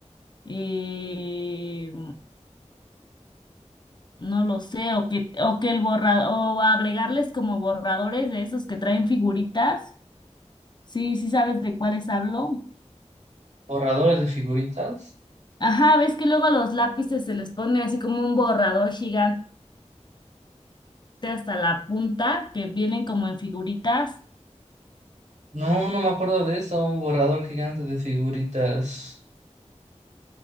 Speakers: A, on the left (about 40°); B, on the right (about 70°).
A: eh, No lo sé, o que, o que el borra, o agregarles como borradores de esos que traen figuritas. Sí, sí sabes de cuáles hablo.
B: borradores de figuritas.
A: Ajá, ves que luego a los lápices se les pone así como un borrador gigante hasta la punta, que vienen como en figuritas.
B: No, no me acuerdo de eso, un borrador gigante de figuritas.